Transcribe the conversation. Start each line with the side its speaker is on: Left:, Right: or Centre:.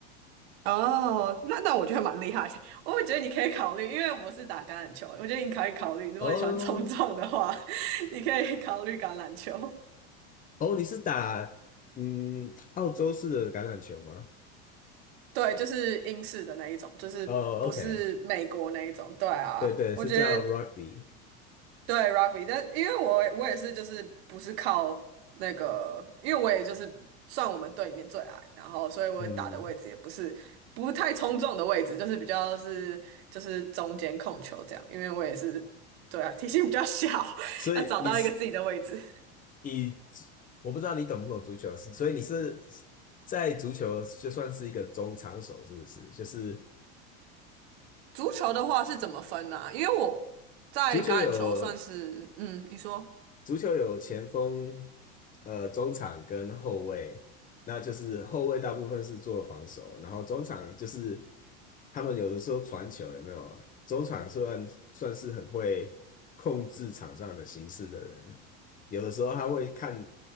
Right: 哦，那那我觉得蛮厉害的 <laughs> 我会觉得你可以考虑，因为我是打橄榄球，我觉得你可以考虑，如果你喜欢冲撞的话，
Left: 哦
Right: <laughs> 你可以考虑橄榄球。
Left: 哦，你是打嗯澳洲式的橄榄球吗？
Right: 对，就是英式的那一种，就是不是美国那一种。
Left: 哦，OK，
Right: 对啊，
Left: 对对，
Right: 我觉得
Left: 是叫 rugby，
Right: 对 rugby，但因为我我也是就是不是靠那个，因为我也就是算我们队里面最矮，然后所以我打的位置也不是不太冲撞的位置，
Left: 嗯，
Right: 就是比较是就是中间控球这样，因为我也是对啊，体型比较小，<laughs>
Left: 所以你是
Right: 要找到一个自己的位置。
Left: 你我不知道你懂不懂足球，是所以你是在足球就算是一个中场手，是不是？就是
Right: 足球的话是怎么分呢、因为我在橄榄球算是嗯，
Left: 足球有
Right: 你说，
Left: 足球有前锋、呃中场跟后卫，那就是后卫大部分是做防守，然后中场就是他们有的时候传球有没有？中场算算是很会控制场上的形势的人，有的时候他会看